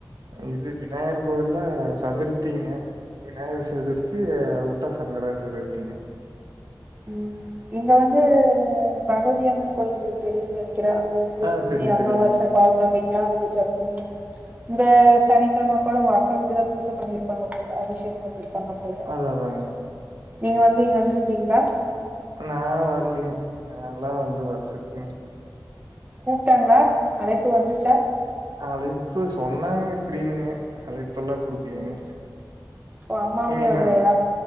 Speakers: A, on the right; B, on the right.
A: இது விநாயகர்க்கு கோவில சதுர்த்திங்க விநாயகர் சதுர்த்தி அதை வுட்டா சங்கடகர சதுர்த்திங்க
B: ம் இங்க வந்து பகவதிய அம்மன் கோயில் உங்களுக்கு தெரியுனு நென க்கிற அங்க வந்து
A: ஆ
B: எப்பவுமே
A: தெரியும்,
B: அமாவாசை
A: தெரியுங்க.
B: பௌர்ணாமிக்க எல்லா வந்துட்டு எப்பவு இந்த சனிக்கிழமை கூட உங்க அக்கா வீட்டுதா பூசை பண்ணியிருப்பாங்க போல அபிஷேகம் பண்ணியிருப்பாங்க போல
A: அததாங்க
B: நீங்க வந்து இங்க வந்துருந்தீங்களா
A: நா வர்லீங்க நல்லா வந்து வருஷருக்குங்
B: கூப்டாங்ளா அழைப்பு வந்துச்சா
A: அழைப்பு சொன்னாங்க இப்புடினுங்க அழைப்பு எல்லா குடுக்லீங்க
B: ம் ஓ அம்மாவுமே
A: நீங்கனா
B: வரலையா